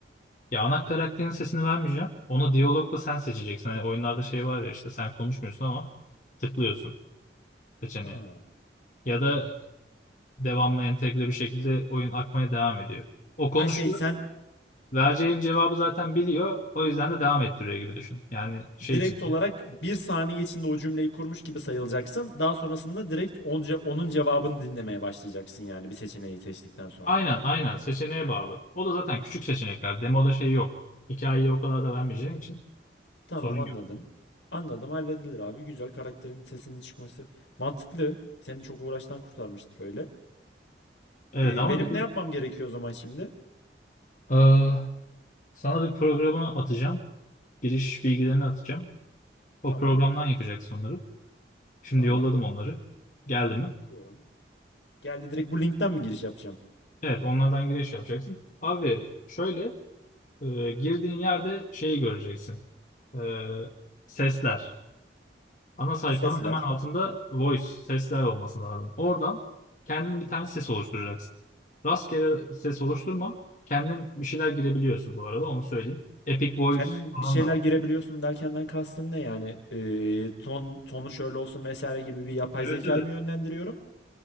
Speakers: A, on the left; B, on the left.
A: Ya ana karakterin sesini vermeyeceğim. Onu diyalogla sen seçeceksin. Hani oyunlarda şey var ya işte sen konuşmuyorsun ama tıklıyorsun seçeneği.
B: Ha.
A: Ya da devamlı entegre bir şekilde oyun akmaya devam ediyor. O konuşuyor.
B: Ha şey sen
A: Vereceğin cevabı zaten biliyor. O yüzden de devam ettiriyor gibi düşün. Yani şey
B: direkt
A: için.
B: olarak bir saniye içinde o cümleyi kurmuş gibi sayılacaksın. Daha sonrasında direkt on ce- onun cevabını dinlemeye başlayacaksın yani bir seçeneği seçtikten sonra.
A: Aynen aynen seçeneğe bağlı. O da zaten küçük seçenekler. Demoda şey yok. Hikayeyi o kadar da vermeyeceğim için
B: Tamam
A: sorun
B: anladım.
A: yok.
B: Anladım halledilir abi. Güzel karakterin sesinin çıkması. Mantıklı. Seni çok uğraştan kurtarmıştır öyle.
A: Evet
B: Ee,
A: ama
B: benim
A: bir de
B: ne yapmam gerekiyor o zaman şimdi?
A: eee, sana bir programı atacağım. Giriş bilgilerini atacağım. O
B: Tamam.
A: programdan yapacaksın onları. Şimdi
B: Tamam.
A: yolladım onları. Geldi mi?
B: Bakıyorum. Geldi direkt bu linkten mi giriş yapacağım?
A: Evet onlardan giriş yapacaksın. Abi şöyle eee, girdiğin yerde şeyi göreceksin. Eee, sesler. ana sayfanın
B: Sesler.
A: hemen altında voice, sesler olması lazım. Oradan kendin bir tane ses oluşturacaksın. Rastgele ses oluşturma. Kendin bir şeyler girebiliyorsun bu arada onu söyleyeyim. Epic Voice
B: Kendin
A: falan
B: bir şeyler
A: da var.
B: girebiliyorsun derkenden kastın ne yani? Ee, ton tonu şöyle olsun vesaire gibi bir yapay
A: Evet
B: zekayı
A: evet.
B: mı yönlendiriyorum?